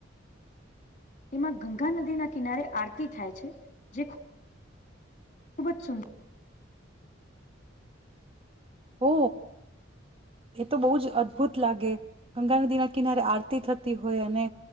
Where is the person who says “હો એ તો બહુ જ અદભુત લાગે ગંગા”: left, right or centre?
Right